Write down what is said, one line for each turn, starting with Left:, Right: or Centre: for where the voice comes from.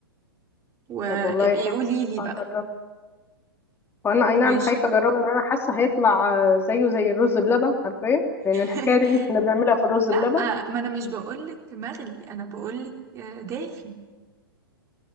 Right: وابقي
Left: طب والله حلو
Right: قولي لي
Left: هجرب
Right: بقى
Left: وأنا أي نعم
Right: ماشي
Left: خايفة أجربه لأن أنا حاسة هيطلع آه، زيه زي الرز بلبن عارفة لأن الحكاية
Right: <laughs>
Left: دي إن إحنا بنعملها في الرز
Right: لا
Left: بلبن
Right: آه، ما انا مش بقولك مغلي انا بقولك آه، دافي